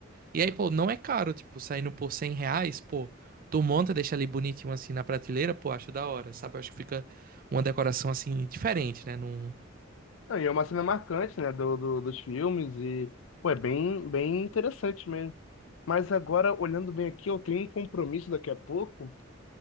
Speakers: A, on the right; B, on the left.
A: E aí, pô, não é caro, tipo, saindo por 100 reais, pô, tu monta, deixa ali bonitinho assim na prateleira, pô, acho da hora, sabe? Eu acho que fica uma decoração assim diferente, né? Num...
B: Não, e é uma cena marcante, né, do, do- dos filmes e, pô, é bem, bem interessante mesmo. Mas agora, olhando bem aqui, eu tenho um compromisso daqui a pouco